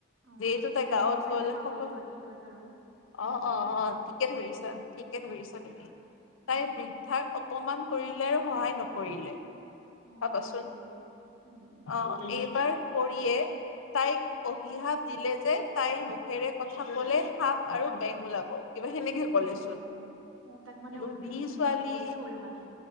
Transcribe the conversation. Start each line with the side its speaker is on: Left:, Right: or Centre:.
Right: অ',
Left: যিহেতু
Right: ভাবিছে
Left: তাই গাঁৱত
Right: মইও চাগে
Left: গল
Right: পাওঁ
Left: সকলো
Right: এইটো আশীৰ্বাদ আৰু সেনেকৈ
Left: অ' অ',
Right: আৰু
Left: অ', ঠিকে
Right: উম,
Left: ধৰিছা, ঠিকে ধৰিছা
Right: হয়,
Left: তুমি,
Right: হয়, অ',
Left: তাই বৃদ্ধা অপমান কৰিলে আৰু সহায় নকৰিলে।
Right: অ',
Left: চাবাচোন,
Right: হয়, নকৰিলে উম, উম।
Left: অ' এইবাৰ পৰিয়ে তাইক অভিহাপ দিলে যে, তাইৰ মুখেৰে কথা ক'লে সাপ আৰু বেঙ ওলাব। কিবা সেনেকে ক'লেচোন।
Right: অ', অ', তাক মানে
Left: লোভি
Right: উল মানে
Left: ছোৱালী,
Right: বিপৰীতেই হ'ল মানে।